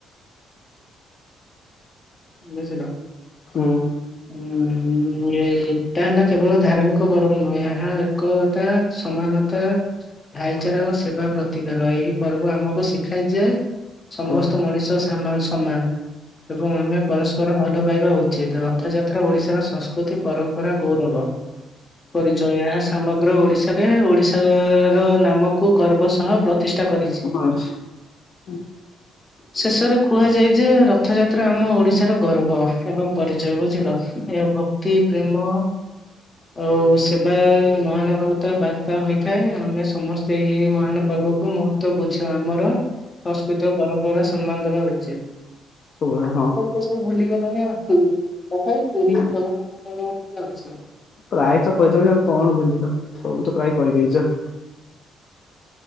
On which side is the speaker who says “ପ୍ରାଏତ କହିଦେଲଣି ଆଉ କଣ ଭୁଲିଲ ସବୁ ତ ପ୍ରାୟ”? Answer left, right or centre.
Left